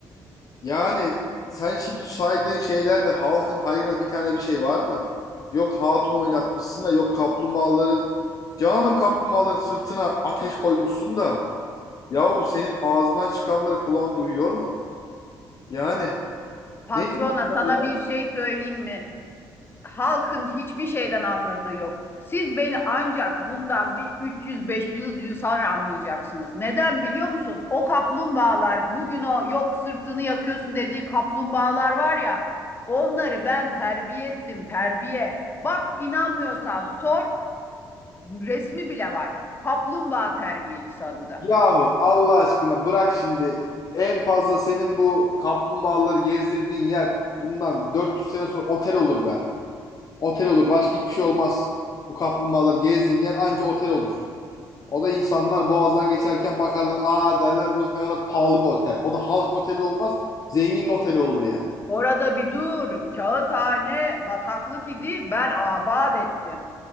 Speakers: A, on the left (about 45°); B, on the left (about 25°).
A: Yani sen şimdi saydığın şeylerde halkın hayrına bir tane bir şey var mı? Yok hatun oynatmışsın da yok kaplumbağaların canım kaplumbağaların sırtına ateş koymuşsun da yahu senin ağzından çıkanları kulağın duyuyor mu? Yani
B: Patrona
A: ne bunlar
B: sana
A: ya?
B: bir şey söyleyeyim mi? Halkın hiçbir şeyden anladığı yok. Siz beni ancak bundan bir 300-500 yıl sonra anlayacaksınız. Neden biliyor musun? O kaplumbağalar bugün o yok sırtını yakıyorsun dediğin kaplumbağalar var ya onları ben terbiye ettim terbiye. Bak inanmıyorsan sor resmi bile var. Kaplumbağa terbiyecisi adı da.
A: Yahu Allah aşkına bırak şimdi en fazla senin bu kaplumbağaları gezdirdiğin yer bundan 400 sene sonra otel olur be. Otel olur başka hiçbir şey olmaz. Bu kaplumbağaları gezdiğin yer anca otel olur. O da insanlar boğazdan geçerken bakarlar aa derler burası ne kadar pahalı bir otel. O da halk moteli olmaz zengin oteli olur yani.
B: Orada bir dur. Kağıthane bataklık idi. Ben abad ettim.